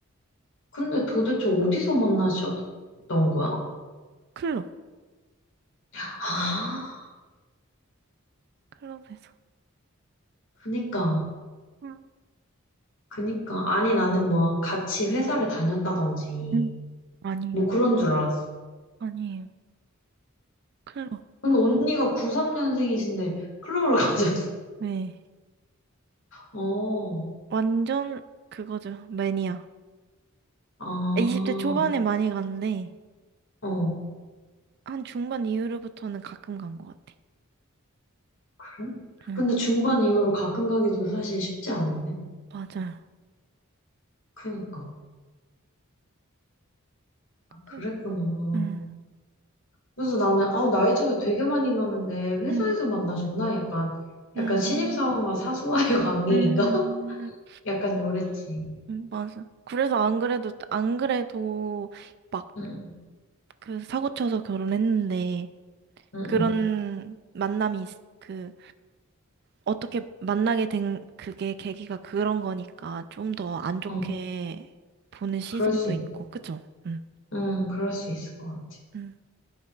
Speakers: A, on the left; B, on the right.
A: 근데 도대체 어디서 만나셨던 거야?
B: 클럽,
A: 아
B: 클럽에서.
A: 그니까
B: 응
A: 그니까 아니 나는 뭐 같이 회사를 다녔다든지
B: 응 아니에요.
A: 뭐 그런 줄 알았어.
B: 아니에요. 클럽.
A: 근데 언니가 93년생이신데 클럽을 <laughs> 가셨.
B: 네.
A: 어,
B: 완전 그거죠. 매니아.
A: 아,
B: 20대 초반에 많이 갔는데,
A: 어,
B: 한 중반 이후로부터는 가끔 간 것 같아.
A: 그래?
B: 응,
A: 근데 중반 이후로 가끔 가기도 사실 쉽지 않은데?
B: 맞아요.
A: 그니까. 아, 그랬구나.
B: 응 응
A: 그래서 나는, 아, 나이 차가 되게 많이 나는데, 회사에서
B: 응,
A: 만나셨나? 약간,
B: 응,
A: 약간 신입사원과 사수와의 <laughs> 관계인가?
B: 응
A: 약간 요랬지.
B: 맞아. 그래서 안 그래도, 안 그래도 막
A: 응,
B: 그 사고 쳐서 결혼했는데,
A: 응,
B: 그런
A: 응.
B: 만남이, 있- 그, 어떻게 만나게 된 그게 계기가 그런 거니까 좀 더 안 좋게
A: 어,
B: 보는 시선도
A: 그럴 수 있,
B: 있고, 그쵸? 응.
A: 응, 그럴 수 있을 것 같아.
B: 음.